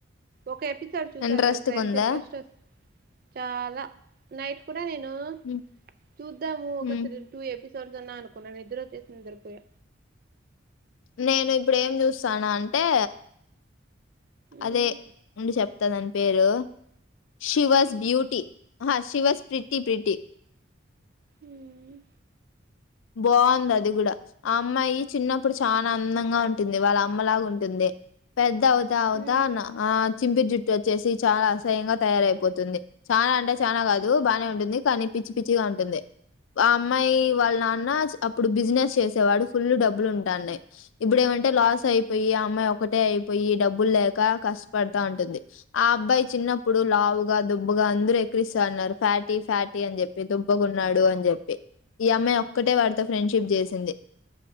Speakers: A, on the right; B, on the left.
A: ఒక ఎప్ ఎపిసోడ్ చూస
B: ఇంట్రెస్ట్గా
A: తెలుసా ఎంత
B: ఉందా
A: ఇంట్రెస్ట్స్ ఉం చాలా నైట్ కూడ్ నేను
B: మ్
A: చూద్దాము ఒక
B: మ్
A: త్రీ ఎపీ చోసన్నా అనుకున్నాను నిద్దరుచ్చేసి నిద్దరుపోయ
B: నేను ఇప్పుడు ఏం చూస్తాను అంటే అదే
A: ఉమ్
B: ఉండి చెప్ వస్తదని పేరు షి వజ్ బ్యూటీ హా శివ జ్ ప్రిట్టి ప్రిటి
A: ఉమ్ ఉ
B: బాగుంది అది కూడా ఆ అమ్మాయి చిన్నప్పుడు చాన అందంగా ఉంటుంది. వాళ్ళ అమ్మలాగా ఉంటుంది పెద్ అవుత అవుతా
A: ఉమ్
B: అన్నా ఆ చింపి జుట్ వచ్చేసి చాలా అసహ్యంగా తయారయిపోతుంది. చాలా అంటే చానా కాదు బాగనే ఉంటుంది కానీ పిచ్చి పిచ్చిగా ఉంటుంది అమ్మాయి వాళ్ళ నాన్ అప్పుడు బిజినెస్ చేసేవాడు ఫుల్ డబ్బులు ఉంటండే, ఇప్పుడు ఏమంటే అంటే లాస్ అయిపోయి ఆ అమ్మాయి ఒకటే అయిపోయి డబ్బులు లేక కష్టపడతా ఉంటుంది. ఆ అబ్బాయి చిన్నప్పుడు లావుగా దుబ్బగా అందరూ ఎకరిస్తా అన్నారు ఫ్యాటీ ఫ్యాటీ అని చెప్పి, దుబ్బగాన్నాడు అని చెప్పి. ఈ అమ్మాయి ఒక్కటే వాడితో ఫ్రెండ్షిప్ చేసింది.